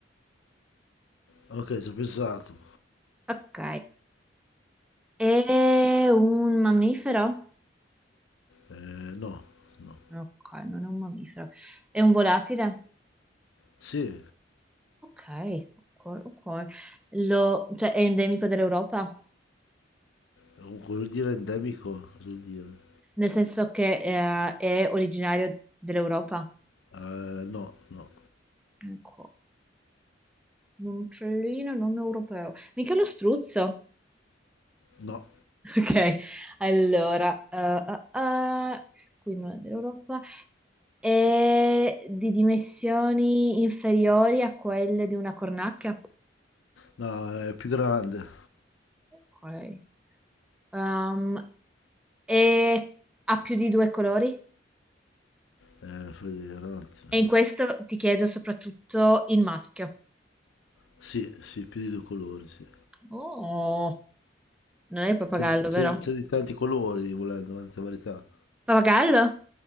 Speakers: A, on the left; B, in the centre.
A: Ok, ci ho pensato.
B: Ok. È un mammifero?
A: Eh, no, no.
B: Ok, non è un mammifero. È un volatile?
A: Sì,
B: Ok, ok, ok. Lo- cioè, è endemico dell'Europa?
A: cosa vuol dire endemico? Cosa vuol dire?
B: Nel senso che eh, è originario dell'Europa?
A: Eh, no, no,
B: Ok, Un uccellino non europeo. Mica lo struzzo. <laughs>
A: no.
B: Ok, allora. eh, eh, eh, qui non è dell'Europa. È di dimensioni inferiori a quelle di una cornacchia.
A: No, è più grande.
B: Ok. Um, e ha più di due colori.
A: Eh, fai vedere un attimo.
B: E in questo ti chiedo soprattutto il maschio.
A: Sì, sì, più di due colori, sì.
B: Oh, non è il pappagallo,
A: C'è di, c'è
B: vero?
A: di- c'è di tanti colori, volendo, tante varietà.
B: Pappagallo?